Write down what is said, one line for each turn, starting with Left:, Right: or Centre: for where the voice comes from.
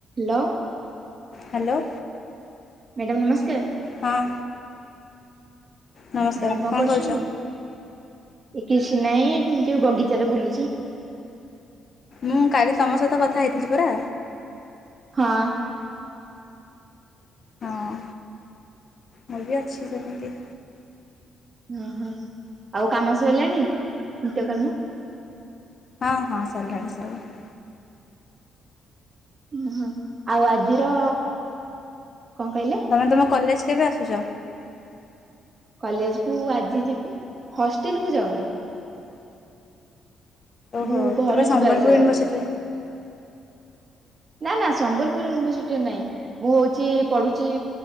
Right: ଲ
Left: hello.
Right: Madam ନମସ୍କାର।
Left: ହଁ। ନମସ୍କାର
Right: ମେମ୍ କଣ କରୁଛନ୍ତି?
Left: କରୁଛ?
Right: ଏ କିଛି ନାହିଁ ଯୋଉ ବଗିଚାରେ ବୁଲୁଚି।
Left: ମୁଁ କାଲି ତମ ସହିତ କଥା ହେଇଥିଲି ପରା।
Right: ହଁ।
Left: ହଁ ମୁଁ ବି ଅଛି ସେମିତି।
Right: ଓ ହୋ ଆଉ କାମ ସଇଲାଣି ନିତ୍ୟକର୍ମ?
Left: ହଁ ହଁ ସରିଲାଣି ସରିଲାଣି।
Right: ଉଁ ହଁ ଆଉ ଆଜିର କଣ କହିଲେ?
Left: ମାନେ ତୁମେ କଲେଜ୍ କେବେ ଆସୁଚ?
Right: କଲେଜ୍ କୁ ଆଜି ଯିବି ହଷ୍ଟେଲ କୁ ଯାଉନି।
Left: ଓହୋ
Right: ମୁଁ ଘରୁ
Left: ତୁମେ ସମ୍ବଲପୁର
Right: ଯିବା ଆସିବା
Left: ୟୁନିଭର୍ସିଟିରେ
Right: କରୁଛି ନା ନା ସମ୍ବଲପୁର ୟୁନିଭର୍ସିଟିରେ ନାଇଁ। ମୁଁ ହଉଛି ପଢୁଛି